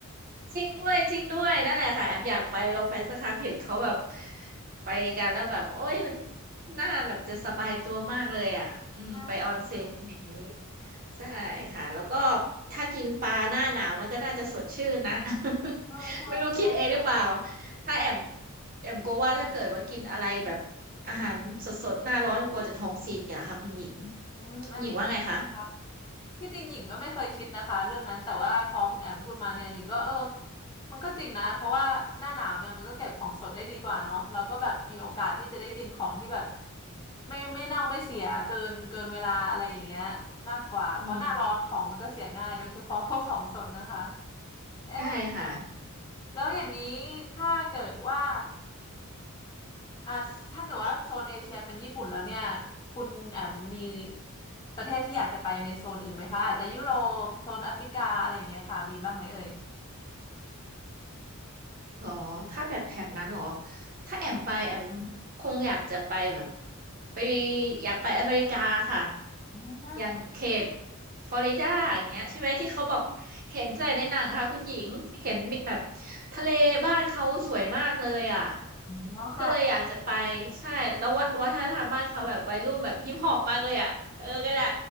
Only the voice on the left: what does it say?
ใช่ค่ะ
เออใช่ใช่ค่ะ
อืมอันนี้ก็ดีนะคะ
ที่จริงหญิงก็ไม่เคยคิดนะคะเรื่องนั้นแต่ว่าพอคุณแอมพูดมาเนี่ยหญิงก็เออมันก็จริงนะเพราะว่าหน้าหนาวเนี่ยมันก็เก็บของสดได้ดีกว่าเนาะเราก็แบบมีโอกาสที่จะได้กินของที่แบบไม่ไม่เน่าไม่เสียเกินเกินเวลาอะไรอย่างเงี้ยมากกว่าเพราะหน้าร้อนของมันก็เสียง่ายโดยเฉพาะพวกของสดนะคะ
เอ๊ะ
แล้วอย่างนี้ถ้าเกิดว่า อ่าถ้าเกิดว่าโซนเอเชียเป็นญี่ปุ่นแล้วเนี่ยคุณแอมมีประเทศที่อยากจะไปในโซนอื่นไหมคะอาจจะยุโรปโซนแอฟริกาอะไรอย่างเงี้ยค่ะมีบ้างไหมเอ่ย
อ
ื
มอ๋อค่ะ